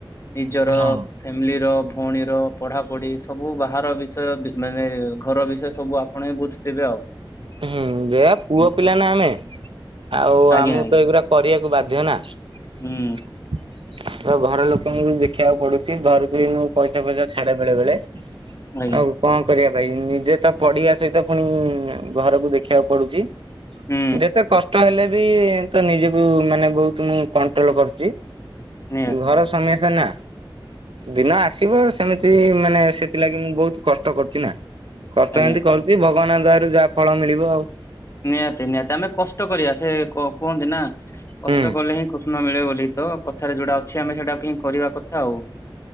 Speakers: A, on the left (about 35°); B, on the right (about 80°).
A: ନିଜର
B: ହଁ
A: ଫ୍ୟାମିଲିର ଭଉଣୀର ପଢାପଢି ସବୁ ବାହାର ବିଷୟ ମାନେ ଘର ବିଷୟ ସବୁ ଆପଣ ହିଁ ବୁଝିଥିବେ ଆଉ
B: ହୁଁ ଯେ ପୁଅ
A: ହୁଁ।
B: ପିଲା ନା ଆମେ ଆଉ
A: ଆଜ୍ଞା
B: ଆମକୁ
A: ଆଜ୍ଞା
B: ତ ଏଇଗୁଡା କରିବାକୁ ବାଧ୍ୟ ନା
A: ହୁଁ
B: <unintelligible> ତ ଘର ଲୋକଙ୍କୁ ବି ଦେଖିବାକୁ ପଡୁଛି ଘରକୁ ମୁଁ ପଇସା ଫଇସା ଛାଡେ ବେଳେ ବେଳେ
A: ଆଜ୍ଞା
B: ଆଉ କଣ କରିବା ଭାଇ ନିଜେ ତ ପଢିବା ସହିତ ପୁଣି ଘରକୁ ଦେଖିବାକୁ ପଡୁଛି
A: ହୁଁ
B: ଯେତେ କଷ୍ଟ ହେଲେ ବି ତ ନିଜକୁ ମାନେ ବହୁତ ମୁଁ କଣ୍ଟ୍ରୋଲ କରୁଛି
A: ନିହାତି
B: ଘର
A: ନିହାତି
B: ସମସ୍ୟା ନା ଦିନ ଆସିବ ସେମିତି ମାନେ ସେଥିଲାଗି ମୁଁ ବହୁତ କଷ୍ଟ କରୁଛି ନା କଷ୍ଟ
A: ଆଜ୍ଞା।
B: ଯଦି କରୁଛି ଭଗବାନଙ୍କ ଦୟାରୁ ଯାହା ଫଳ ମିଳିବ ଆଉ
A: ନିହାତି ନିହାତି ଆମେ କଷ୍ଟ କରିବା ସେ କୁହନ୍ତି ନା କଷ୍ଟ
B: ହୁଁ।
A: କଲେ ହିଁ କୃଷ୍ଣ ମିଳେ ବୋଲି ତ କଥାରେ ଯୋଉଟା ଅଛି ଆମେ ସେଇଟାକୁ ହିଁ କରିବା କଥା ଆଉ